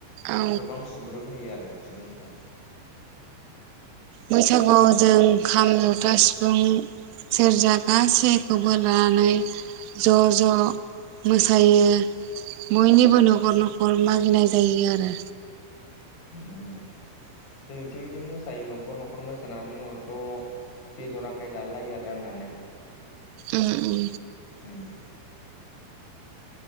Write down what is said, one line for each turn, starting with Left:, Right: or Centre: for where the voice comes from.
Right: औ
Left: गोबां सुबुरुन होयो आ सुबुंफोरा।
Right: बैसागुआव जों खाम जथा सिफुं सेरजा गासैखौबो लानानै ज' ज' मोसायो बयनिबो न'खर न'खर मागिनाय जायो आरो।
Left: उम उम जोंनिथिंबो बिदिनो मोसायो न'खर न'खर मोसानानै उनाव ज' बेदर आखाय जालायलायो आरो राननानै
Right: उम उम।
Left: उम।